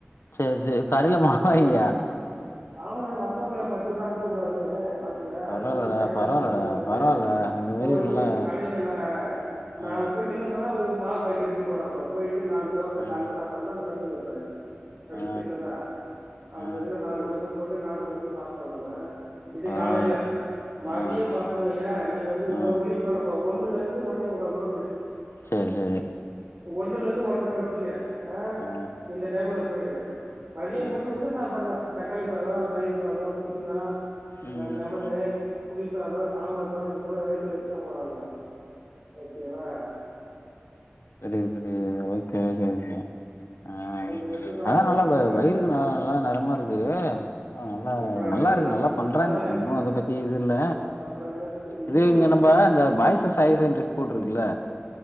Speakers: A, on the left (about 75°); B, on the right (about 40°).
A: சேர் சேவ் காலேல வாய்யா
B: வந்தேன் ஆமாடா வந்தவுங்ள்ள பசியோட அனுப்பக் கூடாதுனு பா யா
A: பரவால்லடா
B: வந்தன கடைய
A: பரவால்லடா
B: வெச்சுகட கூடதுன்னு
A: பரவால்ல அந்த மாரி
B: போயி
A: நல்லா
B: கடில ந நா
A: ஆ
B: போய் நின்னப்பதா மாவு பாயட் எடுத்துட்டு போனப் பார் போயிட் ட்டு நால் தோச
A: ம்
B: கால்ல சாப்ட்டோல்ல் அந்த கல்லு தோச அப்டி
A: ஆ
B: சின்னதா அந்த
A: ஆ ஆ
B: இதுல நாலு தோச போட் ப்டே தம்பியு சாப்ட்டு வந்தோன இது
A: பரவால்ல
B: காலையில மதியோ
A: ஆ ஆ
B: பாத்தோன்வய்யே நீ வந்து ஒம்போது
A: ஆ
B: மணிக்கு மேல இப்ப ஒன் மூணுலேந்து ஒன்னே முக்காக்குல்ல பொய்ட்டே
A: சேர் சேரி
B: ஒன்னுலேந்து ஒன்ற வெச்சிக்க ஆஹ்
A: ஆ
B: இந்த டைமுல்ல போயிட்டு மதிய
A: ம்
B: புல்ல இந்த சாப்பாடுதா தக்காளி சாதோ தயிர் சாதோ புதினா
A: ம்
B: அ லெமனு புளி சாதோ சாம்பார் சாதோ இது போல வெரட்டி ரைஸ்தா போட்றாங்க ஓக்கேவா
A: செரி செரி ஓக்கே ஓக்கே ஓகே அ
B: ரெண்டு கப்பு சாப்பாடு
A: அதா நல்லா
B: வைப்பாங்க
A: வ வயிறுக்கு ந நல்லா நரமாருக்கு அ அ அல்லா
B: இப்ப நான்
A: நல்லாருக்கு
B: ரெண்டு சாப்பாடு
A: நல்லா பண்றாங்க
B: அதானே
A: ஒன்னு அத பத்தி இதுல்ல
B: நல்லா பண்றாங்க இன்னொன்னு
A: இது இங்க நம்ப அந்த பாய்ஸு ஹை செகன்ட்ரிஸ் கூல்ருக்குல்ல